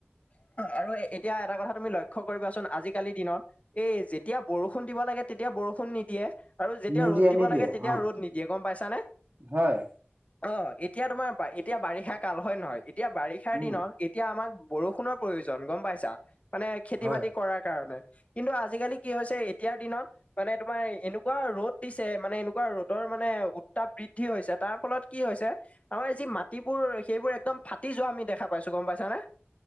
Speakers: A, on the left; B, on the right.
A: আৰু এতিয়া এটা কথা তুমি লক্ষ্য কৰিবাচোন আজিকালিৰ দিনত সেই যে, যেতিয়া বৰষুণ দিব লাগে তেতিয়া বৰষুণ নিদিয়ে। আৰু যেতিয়া
B: নিদিয়ে
A: ৰ'দ দিব
B: নিদিয়ে
A: লাগে তেতিয়া
B: অ
A: ৰ'দ নিদিয়ে গম পাইছানে।
B: হয়।
A: অ' এতিয়া তোমাৰ পা- এতিয়া বাৰিষাকাল হয় নহয়? এতিয়া বাৰিষাৰ
B: উম।
A: দিনত এতিয়া আমাক বৰষুণৰ প্ৰয়োজন, গম পাইছা? মানে খেতি-বাতি
B: হয়
A: কৰাৰ কাৰণে। কিন্তু আজিকালি কি হৈছে, এতিয়াৰ দিনত মানে তোমাৰ এনেকুৱা ৰ'দ দিছে, মানে এনেকুৱা ৰ'দৰ মানে উত্তাপ বৃদ্ধি হৈছে, তাৰ ফলত কি হৈছে, আমাৰ যি মাটিবোৰ সেইবোৰ একদম ফাটি যোৱা আমি দেখা পাইছোঁ, গম পাইছানে?